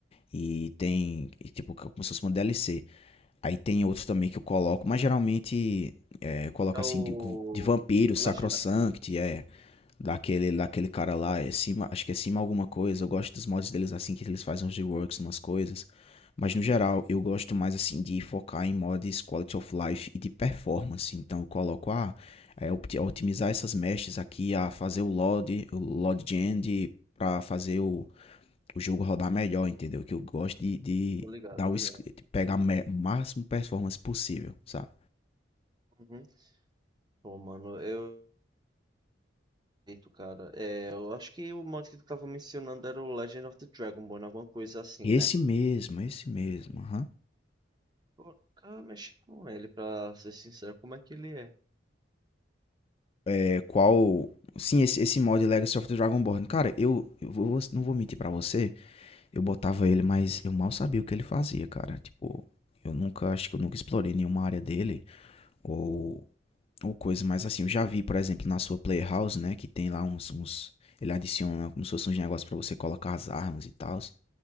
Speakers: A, on the left; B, on the right.
A: E tem, e, tipo, como se fosse uma DLC. Aí tem outros também que eu coloco, mas geralmente é, eu coloco
B: É
A: assim
B: o
A: de, de vampiro, sacrosanct,
B: Legend of
A: é daquele, daquele cara lá, é cima, acho que é cima alguma coisa. Eu gosto dos mods deles assim, que eles fazem uns reworks, umas coisas. Mas no geral,
B: Runeterra,
A: eu gosto mais assim de focar em mods quality of life e de performance. Então eu coloco ah, é, opt- otimizar essas meshes aqui, a fazer o load, o load gen para fazer o o jogo rodar melhor, entendeu? Que eu gosto de, de
B: tô ligado,
A: dar
B: tô
A: o
B: ligado.
A: es- de pegar o máximo performance possível, sabe?
B: Uhum. Pô, mano, eu. Eito, cara. É, eu acho que o mod que tu tava mencionando era o Legend of the Dragonborn, alguma coisa assim,
A: Esse
B: né?
A: mesmo, esse mesmo, aham. Uhum.
B: Pô, nunca mexi com ele, pra ser sincero. Como é que ele é?
A: É, qual. Sim, esse, esse mod Legacy of the Dragonborn. Cara, eu, eu vou- vou- não vou mentir pra você. Eu botava ele, mas eu mal sabia o que ele fazia, cara. Tipo, eu nunca, acho que eu nunca explorei nenhuma área dele. Ou, ou coisa, mas assim, eu já vi, por exemplo, na sua Playhouse, né? Que tem lá uns. uns ele adiciona como se fosse uns negócios pra você colocar as armas e tal.